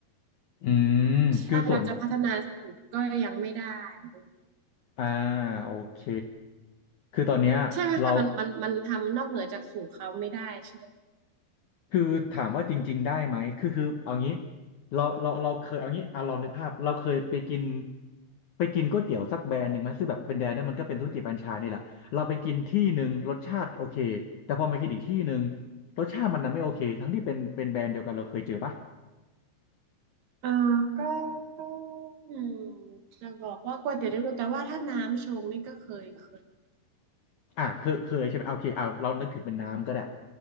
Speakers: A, on the left; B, on the right.
A: อืมคือส่วน
B: ใช่เราจะพัฒนาสูตรก็ยังไม่ได้ด้วย
A: อ่าโอเคคือตอนเนี้ยเรา
B: ใช่ไหมคะมันมันมันทำนอกเหนือจากสูตรเขาไม่ได้ใช่ไหม
A: คือถามว่าจริงๆได้ไหมคือคือเอางี้เราเราเราเคยเอางี้อ่ะลองนึกภาพเราเคยไปกินไปกินก๋วยเตี๋ยวสักแบรนด์หนึ่งไหมซึ่งแบบเป็นแบรนด์นั้นมันก็เป็นธุรกิจแฟรนไชส์นี่แหละเราไปกินที่หนึ่งรสชาติโอเคแต่พอมากินอีกที่หนึ่งรสชาติมันน่ะไม่โอเคทั้งที่เป็นเป็นแบรนด์เดียวกันเราเคยเจอปะ
B: เออก็ก็อืมจะบอกว่าก๋วยเตี๋ยวเรือแต่ว่าถ้าน้ำชงนี่ก็เคยเคย
A: อ่ะเคยเคยใช่ไหมโอเคเอาเรานึกถึงเป็นน้ำก็ได้